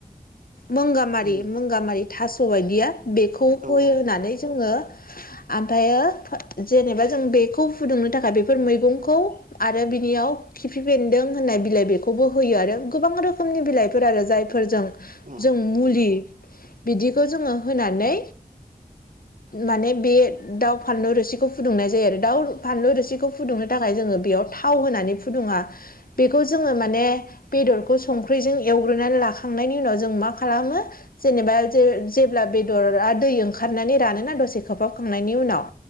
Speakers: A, on the left (about 65°); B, on the right (about 55°).
A: मंगामारि
B: उम
A: मंगामारि थास' बायदिया बेखौ
B: औ
A: होयो
B: औ
A: होननानै जोङो आमफ्रायो जेनेबा जों बेखौ फुदुंनो थाखाय बेफोर मैगंखौ आरो बिनियाव खिफि बेन्दों होननाय बिलाइ बेखौबो होयो आरो गोबां रोखोमनि बिलाइफोर आरो जायफोरजों
B: उम
A: जों मुलि बिदिखौ जोङो होनानै माने बे दाउ फानलु रोसिखौ फुदुंनाय जायो आरो दाउ फानलु रोसिखौ फुदुंनो थाखाय जोङो बेयाव थाव होनानै फुदुङा। बेखौ जोङो माने बेदरखौ संख्रिजों एवग्रोनानै लाखांनायनि उनाव जों मा खालामो जेनेबा जे-जेब्ला बेदरा दै ओंखारनानै रानोना दसे खोबहाबखांनायनि उनाव